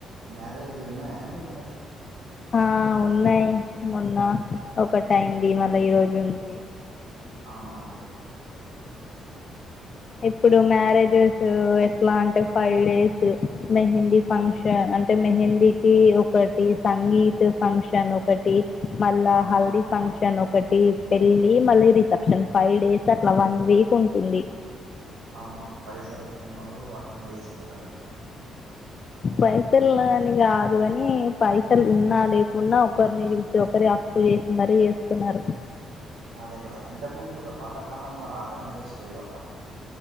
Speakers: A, on the right; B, on the left.
A: మ్యారేజ్లు ఉన్నాయా అండి ఇంకా
B: ఆ ఉన్నాయి మొన్న ఒకటి అయింది మళ్ళ ఈ రోజు ఉంది
A: అవునా అండి
B: ఇప్పుడు మ్యారే <unintelligible> ఎట్ల అంటే ఫైవ్ డేస్ మెహందీ ఫంక్షన్ అంటే మెహందీకి ఒక ఒకటి సంగీతు ఫంక్షన్ ఒకటి మళ్ళా
A: అవును
B: హల్దీ ఫంక్షన్ ఒకటి పెళ్ళి మళ్ళీ రిసెప్షన్ ఫైవ్ డేస్ అట్ల వన్ వీక్ ఉంటుంది
A: అవును పైసలు ఎక్కువ ఉన్న వొళ్ళు అట్లనే చేసుకుంటారండి
B: పైసల్
A: ఉమ్,
B: అని కాదు గాని పైసలు ఉన్నా లేకున్నా ఒకరిని చూసి ఒకరి అప్పు చేసి మరీ చేస్తున్నారు
A: అదే కదా ఇంతకు ముందు కూడ పాతకాలంలో అట్లనే చేసేటోళ్ల